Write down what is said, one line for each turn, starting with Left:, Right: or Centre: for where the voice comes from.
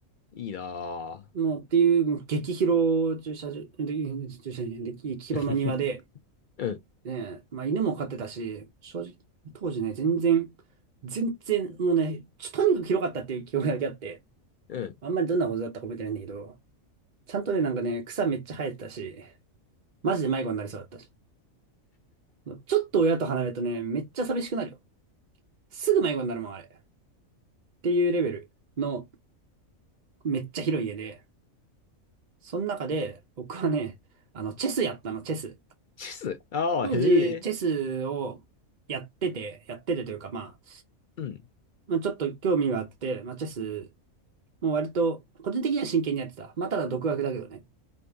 Left: いいな
Right: もうっていう、もう激広駐車場、で駐車場じゃない激広の庭で、
Left: ぁ。<laughs> うん。
Right: ね、まあ犬も飼ってたし、正直、当時ね、全然、全然、もうね、ちょとにかく広かったっていう記憶だけあって、
Left: うん。
Right: あんまりどんなことだったか覚えてないんだけど、ちゃんとね、なんかね、草めっちゃ生えてたし、マジで迷子になりそうだったし。ちょっと親と離れるとね、めっちゃ寂しくなるよ。すぐ迷子になるもん、あれ。っていうレベルの、めっちゃ広い家で、その中で、僕はね、あの、チェスやったの、チェス。
Left: チス。ああ、
Right: 当時、
Left: へえ。
Right: チェスをやってて、やっててというか、まあ、
Left: うん。
Right: まあ、ちょっと興味があって、まあ、チェス、もう割と、個人的には真剣にやってた。まあ、ただ独学だけどね。